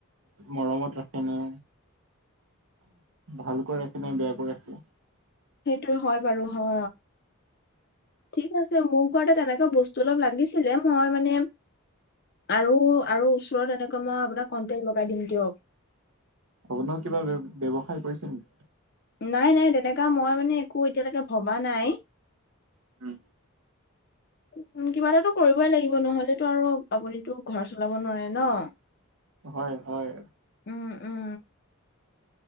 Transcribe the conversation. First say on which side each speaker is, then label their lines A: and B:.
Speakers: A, on the right; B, on the left.
A: মৰমত ৰাখেনে ভালকৈ ৰাখে নে বেয়াকৈ ৰাখে।
B: সেইটোয়ে হয় বাৰু হা, ঠিক আছে মোক কোৱাতে তেনেকুৱা বস্তু অলপ লাগিছিলে মই মানে আৰু আৰু ওচৰত এনেকৈ মই আপোনাক কণ্টেক্ট লগাই দিম দিয়ক।
A: আপোনাৰ কিবা বে ব্যৱসায় কৰিছে নেকি?
B: নাই নাই তেনেকা মই মানে একো এতিয়ালেকে ভবা নাই।
A: উম।
B: <inaudible> উম কিবা এটাতো কৰিবই লাগিব, নহলেতো আৰু আপুনিতো ঘৰ চলাব নোৱাৰে ন।
A: হয় হয়।
B: উম উম।